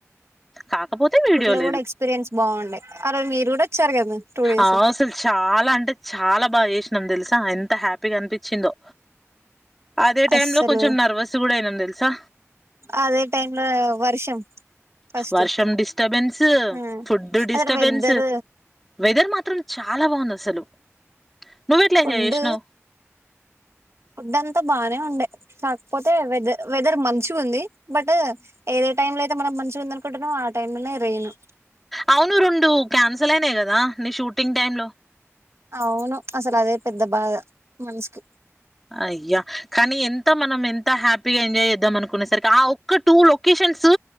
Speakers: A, in the centre; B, on the right.
A: కాకపోతే వీడియోల్
B: రోడ్ ఎక్స్పీరియన్స్ బాగుండే ఆ రోజు మీరు కూడా వచ్చారు కదా టూ డేస్
A: అవ్ అసల్ చాలా అంటే చాలా బాగా చేసినాం తెలుసా ఎంత హ్యాపీగా అనిపించిందో అదే టైమ్
B: అస్సలు
A: లో కొంచెం నర్వస్ కూడా అయినాం తెల్ చా
B: అదే టైం లో వర్షం ఫస్ట్
A: వర్షం డిస్టర్బెన్స్
B: ఆ
A: ఫుడ్ డిస్టబెన్స్
B: అక్కడ వెదర్
A: వెదర్ మాత్రం చాలా బాగుంది అసలు నువ్ ఎట్లా
B: ఫుడ్
A: ఎంజాయ్ చేసినావ్
B: ఫుడ్ అంతా బానే ఉండే కాకపోతే వెద వెదర్ మంచిగా ఉంది బట్ ఏదే టైమ్ లో అయితే మనం మంచిగా ఉంది అనుకుంటన్నామ్ ఆ టైం లనే రెయిను
A: అవును రెండు క్యాన్సల్ అయినాయి కదా నీ షూటింగ్ టైమ్ లో
B: అవును అసలు అదే పెద్ద బాధ మనుసుకి
A: అయ్యా కానీ ఎంత మనం ఎంత హ్యాపీగా ఎంజాయ్ చేద్దాం అనుకునేసరికి ఆ ఒక్క టూ లొకేషన్స్